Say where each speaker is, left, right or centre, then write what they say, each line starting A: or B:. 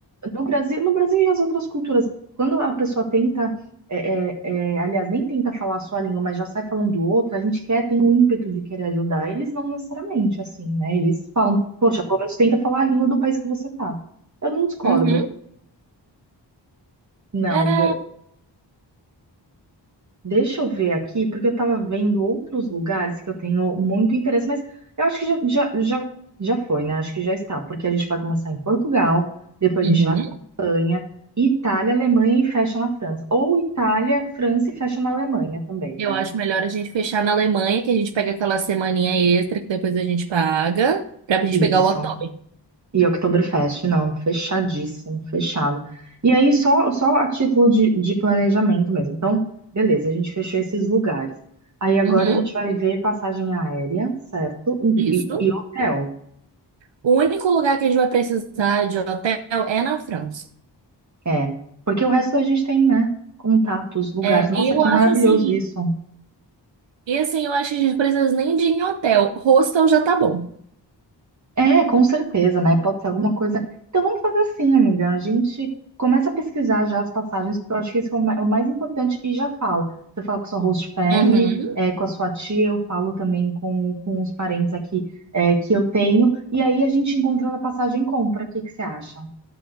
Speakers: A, on the right; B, on the right.
A: no Brasil, no Brasil e as outras culturas, quando a pessoa tenta, eh, eh, eh, aliás, nem tenta falar a sua língua, mas já sai falando outra, a gente quer, tem o ímpeto de querer ajudar. Eles não necessariamente assim, né? Eles falam, poxa, pelo menos tenta falar a língua do país que você tá. Eu não discordo.
B: Uhum.
A: Não,
B: É,
A: Deixa eu ver aqui, porque eu estava vendo outros lugares que eu tenho muito interesse, mas eu acho que já, já, já, já foi, né? Acho que já está, porque a gente vai começar em Portugal, depois
B: Uhum.
A: a gente vai em Itália, Alemanha e fecha na França. Ou Itália, França e fecha na Alemanha também,
B: eu
A: né?
B: acho melhor a gente fechar na Alemanha, que a gente pega aquela semaninha extra que depois a gente paga, pra gente
A: Isso.
B: pegar o outdoor.
A: E Oktoberfest, não, fechadíssimo, fechado. E aí, só, só a título de, de planejamento mesmo. Então, beleza, a gente fechou esses lugares. Aí agora
B: Uhum,
A: a gente vai ver passagem aérea, certo?
B: isso.
A: E, e e hotel.
B: O único lugar que a gente vai precisar de hotel é na França.
A: É, porque o resto da gente tem, né? Contatos, lugares.
B: É,
A: Nossa,
B: e eu
A: que
B: acho
A: maravilhoso
B: assim,
A: isso.
B: e assim, eu acho que a gente precisa nem de ir em hotel. Hostel já tá bom.
A: É, com certeza, né? Pode ser alguma coisa. Então vamos fazer assim, amiga. A gente começa a pesquisar já as passagens, porque eu acho que isso é o ma- é o mais importante e já fala. Você fala com a sua host family,
B: Uhum,
A: é, com a sua tia, eu falo também com, com os parentes aqui é, que eu tenho. E aí a gente encontrando a passagem compra. O que que você acha?